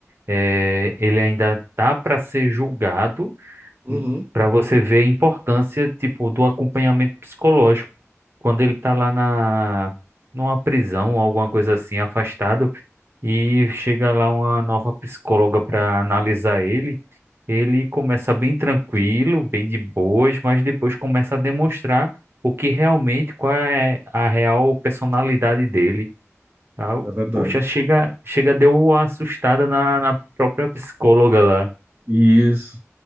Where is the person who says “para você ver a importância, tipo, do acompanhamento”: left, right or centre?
Right